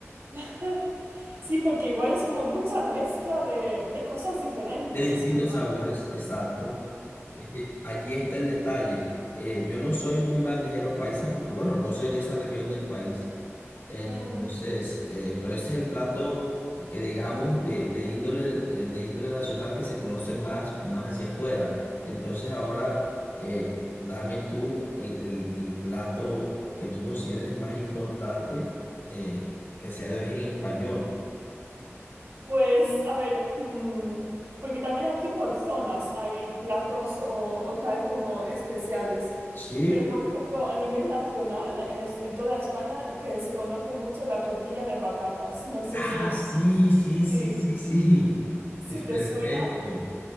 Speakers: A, on the right; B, on the left.
A: <laughs> Sí, porque igual es como mucha mezcla de, de cosas diferentes,
B: de distintos
A: me imagino.
B: sabores, exacto. Eh, eh, allí está el detalle. Eh, yo no soy muy bandejero paisa porque, bueno, no soy de esa región del país. Entonces,
A: Mm, mm.
B: eh, pero ese es el plato que digamos de, de índole, eh, de índole nacional que se conoce más, más hacia afuera. Entonces ahora eh, dame tú el, el- el plato que tú consideres más importante eh, que sea de origen español.
A: Pues, a ver, mm, porque también aquí por zonas hay platos o, o tal como especiales.
B: ¿Sí?
A: Pero, por ejemplo, a nivel nacional, en, es- en toda España, que se conoce mucho la tortilla de patatas. No sé
B: Ah,
A: si,
B: sí, sí, sí,
A: si,
B: sí, sí.
A: si
B: Es perfecto.
A: te suena.